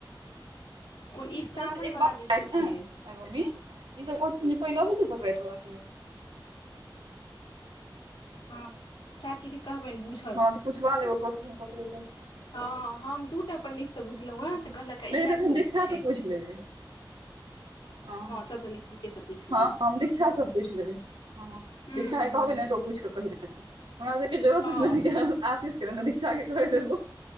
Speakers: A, on the left; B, on the right.
A: कोन ई सावन
B: ओतसे एक
A: वाला
B: बात
A: जे
B: आइत
A: छै
B: ने आइं गे मम्मी। ई सब कहै छथिन जे, पहिलही छै संक्रांति वाला के।
A: हँ चाची के कहबनि बुझ
B: हँ तऽ पूछवा लेब अपन ओ ककरो से
A: हँ हम दू टा पंडितसँ बुझलहुँ
B: हूँ
A: हैं, तऽ कहलक हैं
B: नहि
A: इएह
B: हेतै तऽ
A: सोम
B: हम दीक्षा
A: छै।
B: से पूछि लेबै हँ-
A: सबसँ नीक हुनकेसँ पूछि लेबनि
B: हँ हम दीक्षा से पूछि लेबै हं।
A: हूँ
B: दीक्षा के
A: हूँ
B: कहबै ने त ओ पूछि क कहि देत। एथिन हमरा सबके जरूरत
A: हँ
B: होइ छलै त ठीके आशीष के नहि त दीक्षा के कहि देलौं।